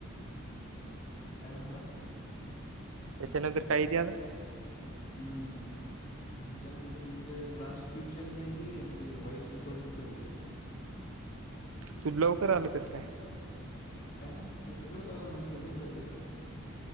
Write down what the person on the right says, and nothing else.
त्याच्यानंतर काही दे आता
तू लवकर आलं कसं काय?